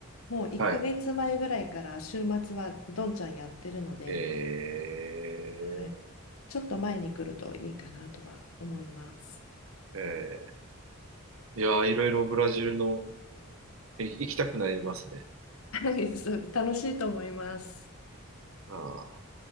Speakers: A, on the left (about 75°); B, on the right (about 65°).
A: もう1ヶ月前ぐらいから週末はどんちゃんやってるので、
B: はい。え
A: はい、ちょっと前に来るといいかなとは思います。
B: ー、えー、いやー、いろいろブラジルの、い行きたくなりますね。
A: <laughs> はい、そう楽しいと思います。
B: あ